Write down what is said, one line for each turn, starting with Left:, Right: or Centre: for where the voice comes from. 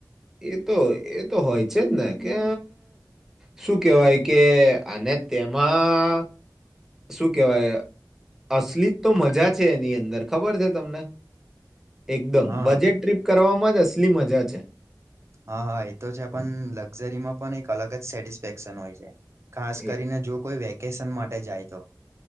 Centre: એતો એતો હોય છે જ ને કે શું કેહેવાય કે અને તેમાં શું કેહેવાય અશલીત તો મજા છે એની અંદર ખબર છે તમને એકદમ
Right: હા
Centre: બજેટ ટ્રીપ કરવામાં જ હશે ટલી મજા છે.
Right: હા હા એ તો છે પણ લક્ઝરીમાં પણ એક અલગ જ સેટિસફેક્શન હોય છે. ખાસ
Centre: એ
Right: કરીને જો કોઈ વ્યક વેકેશન માટે જાય તો